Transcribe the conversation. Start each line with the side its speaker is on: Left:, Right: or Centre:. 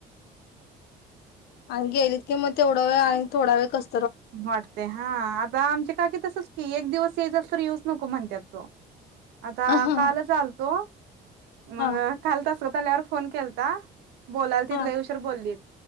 Left: आणि गेलीत की मग तेवढा वेळ आणि थोडा वेळ कस.
Right: वाटते हा आता आमचे काकी तसच की एक दिवस ये जात येवूस नको म्हणतात तो आता
Left: हा हा
Right: कालच आलतो. मग
Left: हा
Right: काल तस शमृतला यावर फोन केलता. बोलाल तिथ
Left: हा
Right: लयुशवर बोललीत.